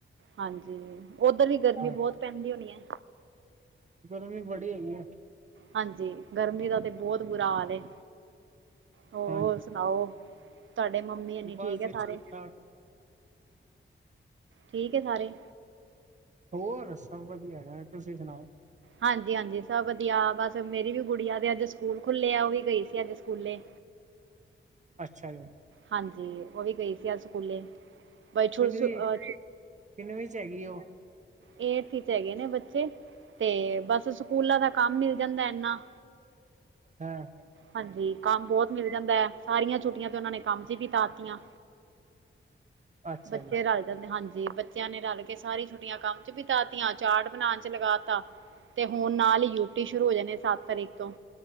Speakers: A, on the right; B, on the right.
A: ਹਾਂਜੀ। ਓਧਰ ਵੀ ਗਰਮੀ
B: ਹਾਂ
A: ਬਹੁਤ ਪੈਂਦੀ ਹੋਣੀ ਐ।
B: ਗਰਮੀ ਬੜੀ ਹੈਗੀ ਏ
A: ਹਾਂਜੀ, ਗਰਮੀ ਦਾ ਤੇ ਬਹੁਤ ਬੁਰਾ ਹਾਲ ਏ ਹੋਰ
B: ਹਾਂਜੀ।
A: ਸੁਣਾਓ? ਤੁਹਾਡੇ ਮੰਮੀ ਹੋਨੀ
B: ਬਸ
A: ਠੀਕ
B: ਜੀ
A: ਆ ਸਾਰੇ?
B: ਠਾਕ
A: ਠੀਕ ਹੈ ਸਾਰੇ।
B: ਹੋਰ, ਸਭ ਵਧੀਆ ਹੈਗਾ, ਤੁਸੀਂ ਸੁਣਾਓ।
A: ਹਾਂਜੀ- ਹਾਂਜੀ ਸਭ ਵਧੀਆ, ਬਸ ਮੇਰੀ ਵੀ ਗੁੜੀਆ ਦੇ ਅੱਜ ਸਕੂਲ ਖੁੱਲੇ ਆ, ਉਹ ਵੀ ਗਈ ਸੀ ਅੱਜ ਸਕੂਲੇ।
B: ਅੱਛਾ ਜੀ।
A: ਹਾਂਜੀ, ਓ ਵੀ ਗਈ ਸੀ ਅੱਜ ਸਕੂਲੇ। ਬਈ ਸ਼ੋਂ
B: ਕਿੰਨਵੀਂ
A: ਸ ਅ
B: ਕਿੰਨਵੀਂ ਚ ਹੈਗੀ ਉਹ
A: ਏਡਥ ਚ ਹੈਗੇ ਨੇ ਬੱਚੇ ਤੇ ਬਸ ਸਕੂਲਾਂ ਦਾ ਕੰਮ ਮਿਲ ਜਾਂਦਾ ਐਨਾ।
B: ਹਾਂ
A: ਹਾਂਜੀ ਕੰਮ ਬਹੁਤ ਮਿਲ ਜਾਂਦਾ ਐ ਸਾਰੀਆਂ ਛੁੱਟੀਆਂ ਤੇ ਉਹਨਾਂ ਨੇ ਕੰਮ 'ਚ ਵੀ ਤਾਤੀਆ।
B: ਅੱਛਾ
A: ਬੱਚੇ
B: ਜੀ
A: ਰਲ਼ ਜਾਂਦੇ, ਹਾਂਜੀ। ਬੱ ਬੱਚਿਆਂ ਨੇ ਰਲ ਕੇ ਸਾਰੀ ਛੁੱਟੀਆਂ ਕੰਮ ਚ ਵੀਤਾ ਤੀਆਂ ਚਾਟ ਬਣਾਣ ਚ ਲਗਾ ਤਾ ਤੇ ਹੁਨ ਨਾਲ ਹੀ ਯੂਟੀ ਸ਼ੁਰੂ ਹੋ ਜਾਣੇ ਸੱਤ ਤਰੀਕ ਤੋਂ।